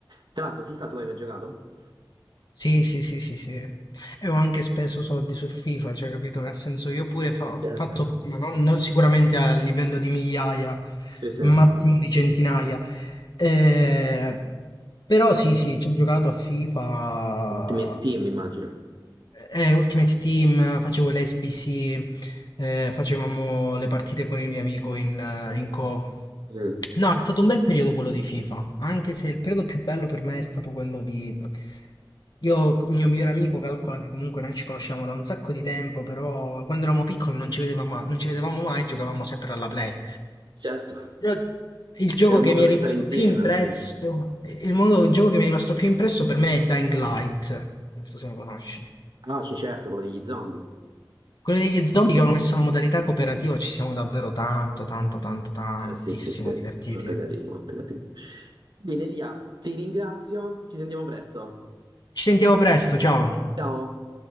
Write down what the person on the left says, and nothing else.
Sì, sì, sì, sì, sì. E ho anche speso soldi su FIFA, cioè, capito? Nel senso, io pure fa- ho
fatto, ma non, non sicuramente a livello di migliaia,
massimo di centinaia, eh, però sì, sì, ci ho giocato a FIFA,
eh, Ultimate Team, facevo l'SBC, eh, facevamo le partite con il mio amico in, eh, in co.
No, è stato un bel periodo quello di FIFA, anche se il periodo più bello per me è stato quello di... Io, il mio migliore amico, calcola che comunque noi ci conosciamo da un sacco di tempo, però quando eravamo piccoli non ci vedevamo, non ci vedevamo mai, giocavamo sempre alla Play.
Però Il gioco
che
mi
è rimasto
più impresso,
il modo, il gioco che mi è rimasto più impresso per me è Dying Light, non so se lo conosci.
Quello degli zombie che hanno messo una modalità cooperativa, ci siamo davvero tanto, tanto, tanto, tantissimo
divertiti.
Ci sentiamo presto, ciao.